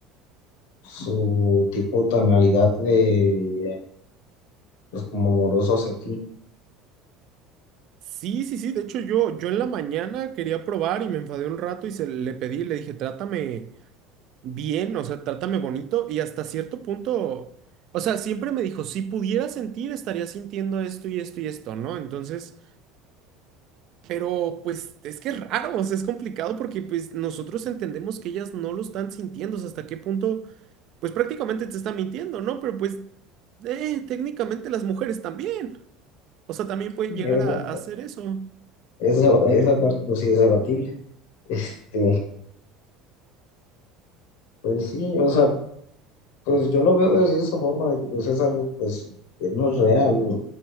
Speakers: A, on the left; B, on the right.
A: su tipo tonalidad de pues como amoroso hacia ti.
B: Sí, sí, sí, de hecho yo, yo en la mañana quería probar y me enfadé un rato y se le pedí, le dije, trátame bien, o sea, trátame bonito y hasta cierto punto, o sea, siempre me dijo, si pudiera sentir, estaría sintiendo esto y esto y esto, ¿no? Entonces... Pero pues es que es raro, o sea, es complicado porque pues nosotros entendemos que ellas no lo están sintiendo, o sea, hasta qué punto, pues prácticamente te están mintiendo, ¿no? Pero pues eh, técnicamente las mujeres también, o sea, también pueden
A: Esa,
B: llegar a, a hacer eso.
A: esa, esa parte pues sí es debatible. <laughs> Este, pues sí, o sea, pues yo lo veo de esa forma de que pues es algo pues que no es real o,